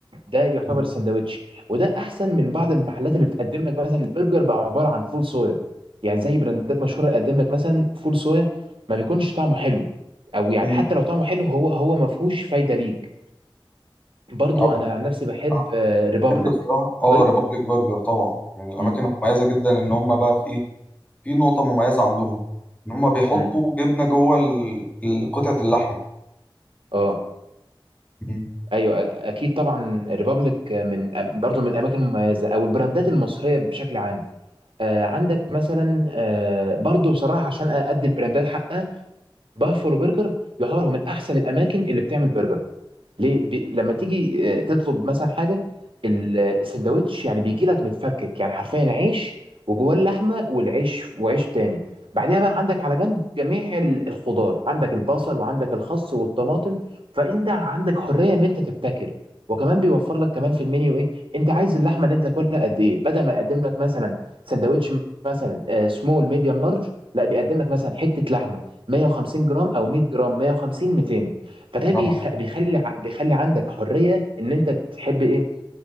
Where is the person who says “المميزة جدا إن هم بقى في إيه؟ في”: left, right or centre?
Left